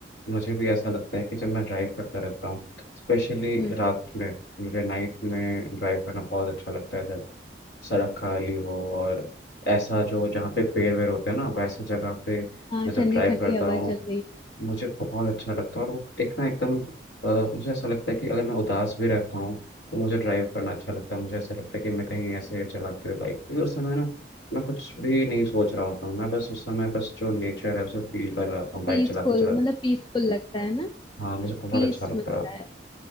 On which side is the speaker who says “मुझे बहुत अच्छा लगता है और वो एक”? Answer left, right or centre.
Left